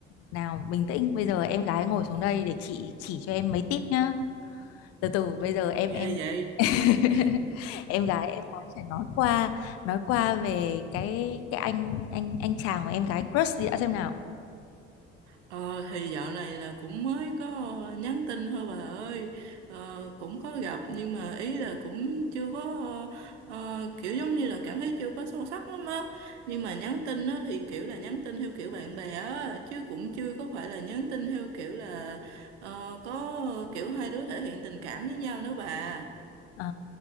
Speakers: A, on the left (about 45°); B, on the right (about 70°).
A: Nào, bình tĩnh, bây giờ em gái ngồi xuống đây để chị chỉ cho em mấy tip nhá. Từ từ, bây
B: Trời
A: giờ
B: ơi,
A: em
B: ghê
A: em
B: vậy.
A: <laughs>
B: Ok.
A: em gái em gái phải nói qua nói qua về cái cái anh anh anh chàng mà em gái crush đi đã xem nào.
B: Ờ thì dạo này là cũng mới có nhắn tin thôi bà ơi ờ, cũng có gặp nhưng mà ý là cũng chưa có ờ, kiểu giống như là cảm thấy chưa có sâu sắc lắm á nhưng mà nhắn tin á thì kiểu là nhắn tin theo kiểu bạn bè á chứ cũng chưa có phải là nhắn tin theo kiểu là ờ, có kiểu hai đứa thể hiện tình cảm với nhau nữa bà
A: Ờ,